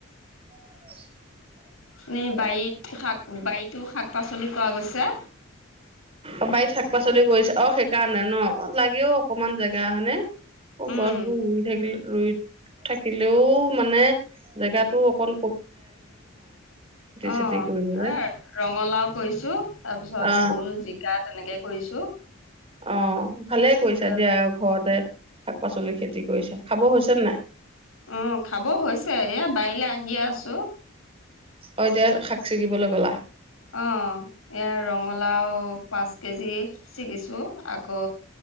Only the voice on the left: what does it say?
ন বাৰীত শাক বাৰীতো শাক শাক পাচলি কৰাোৱা গৈছে
উম
অ
এ ৰঙালাও কৰিছো ছো তাৰ পিছত
ভুল জিকা তেনেকে কৰিছো
অ
অ খাব হৈছে এ বাৰিলে আহিয়ে আছো
অ এয়া ৰঙালাও পাঁচ কেজি ছিগিছো আকৌ